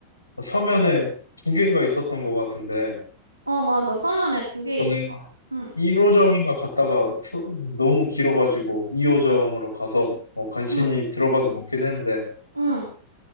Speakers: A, on the left (about 80°); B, on the right (about 80°).
A: 서면에 두 개인가 있었던 것 같은데,
B: 어, 맞아. 서면에 두 개
A: 저는
B: 있어. 응,
A: 1호점인가 갔다가 서- 너무 길어가지고 2호점으로
B: 응,
A: 가서 어, 간신히
B: 응,
A: 들어가서 먹긴 했는데
B: 응.